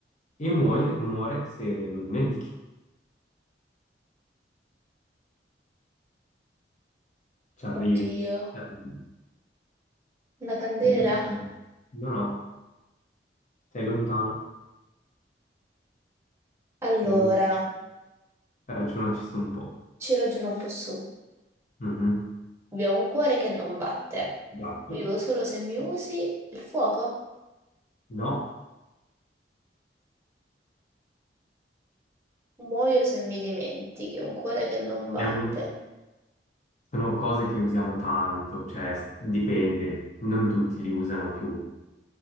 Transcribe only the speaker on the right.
<laughs> Oddio.
Una candela.
Allora,
ci ragiono un po' su.
Vi ho un cuore che non batte.
Vivo solo se mi usi. Il fuoco.
Muoio se mi dimentichi. Un cuore che non batte.